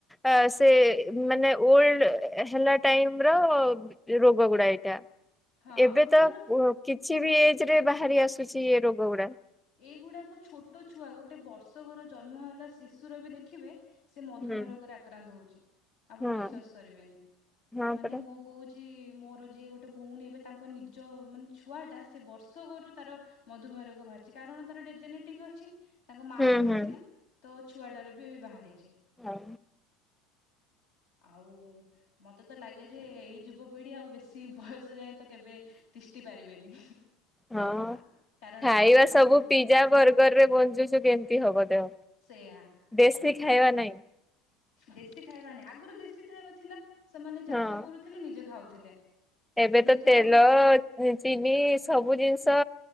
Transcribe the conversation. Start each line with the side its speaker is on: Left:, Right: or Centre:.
Centre: ଆ ସେ ମାନେ ଓଲଡ ହେଲା ଟାଇମ୍ ର ରୋଗ ଗୁଡା ଏଇଟା
Left: ହଁ
Centre: ଏବେ
Left: ସେମାନଙ୍କ
Centre: ତ କିଛି ବି ଏଜ୍ ରେ ବାହାରି ଆସୁଛି ଏ ରୋଗ ଗୁଡା।
Left: ଏଇଗୁଡାକ ଛୋଟ ଛୁଆ ଗୋଟେ ବର୍ଷକର ଜନ୍ମ ହେଲା ଶିଶୁର ବି ଦେଖିବେ ସେ ମଧୁମେହ
Centre: ହୁଁ
Left: ରୋଗରେ ଆକ୍ରାନ୍ତ ହଉଛି ଆପଣ
Centre: ହଁ
Left: ବିଶ୍ଵାସ କରିବେନି
Centre: ହଁ
Left: ମାନେ
Centre: ପରା
Left: ମୁଁ କହୁଛି ମୋର ଯିଏ ଗୋଟେ ଭଉଣୀ ଏବେ ତାଙ୍କ ନିଜ ମାନେ ଛୁଆଟା ସେ ବର୍ଷଗରୁ ତାର ମଧୁମେୟ ରୋଗ ଭାରି କାରଣ ତାର ଟେ ଜେନେଟିକ ଅଛି ତାଙ୍କ ମାଆଙ୍କର
Centre: ହୁଁ ହୁଁ
Left: ଥିଲା ତ ଛୁଆଟାର ବି ଏବେ ବାହାରିଛି।
Centre: ହଁ।
Left: ଆଉ ମତେ ତ ଲାଗେ ଯେ ଏଇ ଯୁବପିଢ଼ି ଆଉ ବେଶୀ ବୟସ ଯାଏ ତ କେବେ ତିଷ୍ଠି ପାରିବେନି,
Centre: ହଁ
Left: ଆ କାରଣ
Centre: ଖାଇବା
Left: ଆମର ଖାଦ୍ୟପେୟ
Centre: ସବୁ ପିଜା ବର୍ଗର ରେ ବଞ୍ଚୁଛୁ କେମିତି ହବ ଦେହ
Left: ସେଇଆ।
Centre: ଦେଶୀ
Left: ଆଉ
Centre: ଖାଇବା ନାହିଁ
Left: ଦେଶୀ ଖାଇବା ନାଇ ଆଗରୁ ଦେଶୀ ଖାଇବା ଥିଲା ସେମାନେ ଚାଷ
Centre: ହଁ।
Left: କରୁଥିଲେ ନିଜେ ଖାଉଥିଲେ।
Centre: ଏବେ
Left: ନିଜେ
Centre: ତ ତେଲ
Left: ସବୁ
Centre: ଚିନି ସବୁ ଜିନିଷ